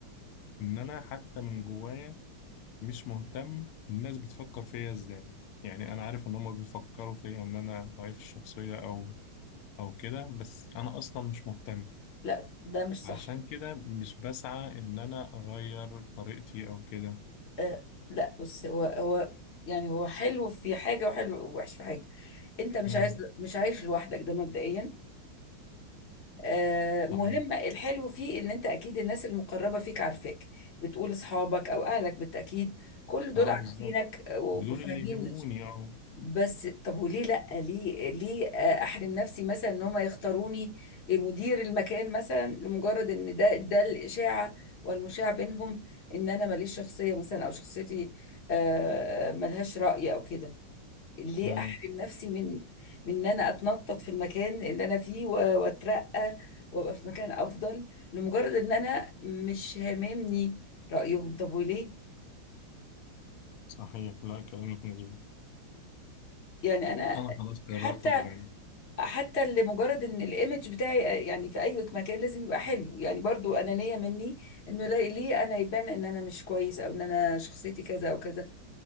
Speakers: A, on the left; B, on the left.
A: ان انا حتى من جوايا مش مهتم الناس بتفكر فيا ازاي يعني انا عارف ان هم بيفكروا فيا ان انا ضعيف الشخصية او او كده بس انا اصلا مش مهتم
B: لا ده مش
A: عشان
B: صح
A: كده مش بسعى ان انا اغير طريقتي او كده
B: أه لا بص هو هو يعني هو حلو في حاجة وحلو ووحش في حاجة انت مش
A: امم
B: عايز مش عايش لوحدك ده مبدئيا أه مهم
A: صحيح
B: الحلو فيه ان انت اكيد الناس المقربة فيك عارفاك بتقول اصحابك او اهلك بالتأكيد كل دول
A: اه
B: عارفينك
A: بالظبط
B: وفاهمين
A: دول اللي يهموني اه
B: بس طب وليه لا ليه ليه احرم نفسي مثلا ان هم يختاروني مدير المكان مثلا لمجرد ان ده ده الاشاعه والمشاع بينهم ان انا ماليش شخصيه مثلا او شخصيتي آه، ملهاش راي او كده ليه
A: امم
B: احرم نفسي من من ان انا اتنطط في المكان اللي انا فيه و- واترقى وابقى في مكان افضل لمجرد ان انا مش هاممني رايهم طب وليه
A: صحيح لا كلامك مظبوط
B: يعني انا
A: انا خلاص قررت
B: حتى
A: اتغير
B: حتى لمجرد ان الايمج بتاعي يعني في اي مكان لازم يبقى حلو يعني برضو انانية مني انه لا- ليه انا يبان ان انا مش كويس او ان انا شخصيتي كذا او كذا